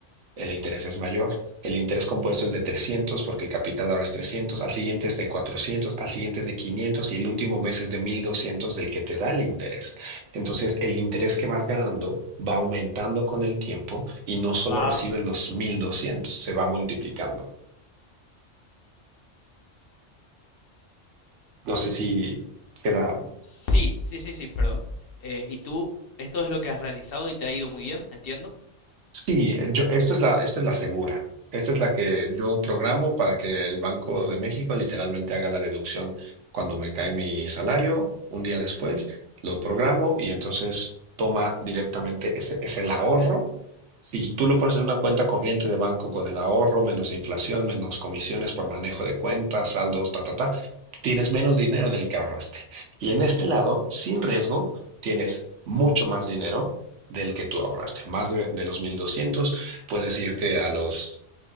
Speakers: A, on the right; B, on the left.
A: el interés es mayor. El interés compuesto es de trescientos porque el capital ahora es trescientos al siguiente es de cuatrocientos al siguiente es de 500 y el último mes es de 1200 del que te da el interés. Entonces, el interés que vas ganando va aumentando con el tiempo y no solo
B: Va.
A: recibes los mil doscientos se va multiplicando. No sé si queda
B: Sí, sí, sí, sí, perdón. Eh, ¿y tú, esto es lo que has realizado y te ha ido muy bien, entiendo?
A: Sí, yo, esta es la, esta es la segura. Esta es la que yo programo para que el Banco de México literalmente haga la deducción cuando me cae mi salario, un día después, lo programo y entonces toma directamente ese, es el ahorro. Si tú lo pones en una cuenta corriente de banco con el ahorro, menos inflación, menos comisiones por manejo de cuentas, saldos, ta, ta, ta, tienes menos dinero del que ahorraste. Y en este lado, sin riesgo, tienes mucho más dinero del que tú ahorraste. Más de, de los 1200 puedes irte a los,